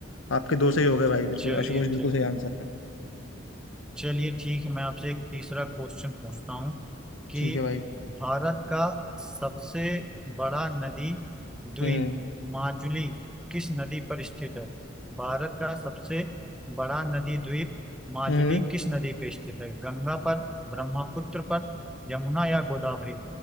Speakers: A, on the left; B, in the centre.
A: आपके दो सही हो गए भाई बिल्कुल
B: चलिए
A: आशु घोष बिल्कुल
B: ठीक
A: सही आंसर है
B: चलिए ठीक है मैं आपसे एक तीसरा क्वेश्चन पूछता हूँ कि
A: ठीक है भाई
B: भारत का सबसे बड़ा नदी द्वीप
A: हम्म
B: माजुली किस नदी पर स्थित है भारत का सबसे बड़ा नदी द्वीप माजुली
A: हम्म
B: किस नदी पर स्थित है गंगा पर ब्रह्मपुत्र पर यमुना या गोदावरी